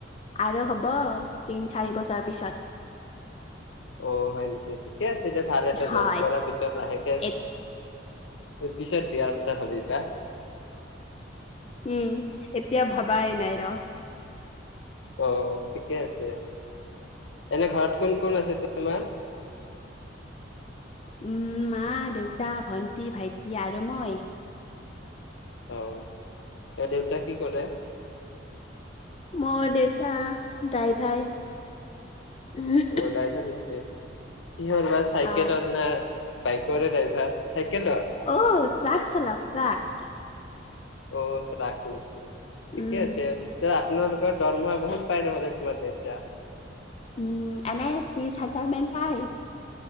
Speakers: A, on the left (about 30°); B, on the left (about 75°).
A: আৰু হব তিন চাৰি বছৰ পিছত।
B: অ হয় নেকি। থিকে আছে দিয়া ভাল এটা
A: হয়,
B: জব কৰাৰ পিছত লাহেকে
A: এ
B: পিছত বিয়াৰ কথা ভাবিবা।
A: উম এতিয়া ভাবাই নাই ৰ।
B: অ ঠিকে আছে। এনে ঘৰত কোন কোন আছে তোমাৰ?
A: উম মা, দেউতা, ভন্টি, ভাইটি আৰু মই।
B: অ এই দেউতাই কি কৰে?
A: মোৰ দেউতা ড্ৰাইভাৰ। উম,
B: অ দাইভাৰ নেকি। কিহৰ বা চাইকেলৰ
A: হয়।
B: না বাইকৰে ড্ৰাইভাৰ? চাইকেলৰ
A: অ ট্ৰাক চালক ট্ৰাক।
B: অ ৰাখো। ঠিকে
A: উম,
B: আছে, আপোনালোকৰ দৰমহা বহুত পাই নহ'লে তোমাৰ দেউতা।
A: উম, এনে ত্ৰিশ হাজাৰ মান পায়।